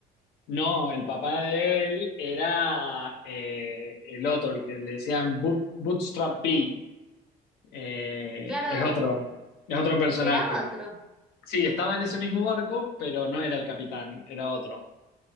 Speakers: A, on the left; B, in the centre.
A: No, el papá de él era eh, el otro, el que le decían Boot- Bootstrap Bill, eh,
B: Claro,
A: es otro, es otro personaje.
B: era otro.
A: Sí, estaba en ese mismo barco, pero no era el capitán, era otro.